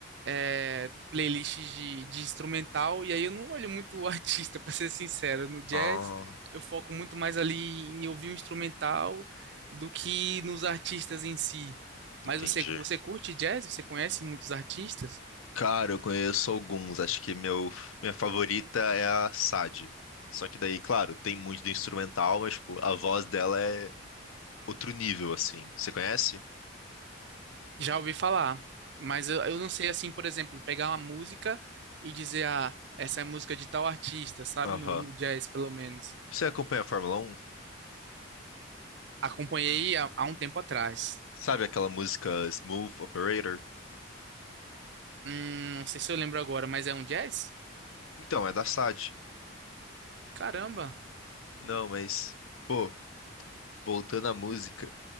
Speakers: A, on the right; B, on the left.
A: é, playlists de, de instrumental e aí eu não olho muito o artista, <laughs> pra ser sincero. No jazz,
B: Ah,
A: eu foco muito mais ali em ouvir o instrumental do que nos artistas em si.
B: entendi.
A: Mas você, você curte jazz? Você conhece muitos artistas?
B: Cara, eu conheço alguns. Acho que meu, minha favorita é a Sade. Só que daí, claro, tem muito do instrumental, mas, tipo, a voz dela é outro nível, assim. Você conhece?
A: Já ouvi falar, mas eu, eu não sei, assim, por exemplo, pegar uma música e dizer, ah, essa é música de tal artista, sabe?
B: Aham.
A: No, no jazz, pelo menos.
B: Você acompanha a Fórmula Um?
A: Acompanhei há há um tempo atrás.
B: Sabe aquela música Smooth Operator?
A: Hum, não sei se eu lembro agora, mas é um jazz?
B: Então, é da Sade.
A: Caramba!
B: Não, mas. Pô, voltando à música,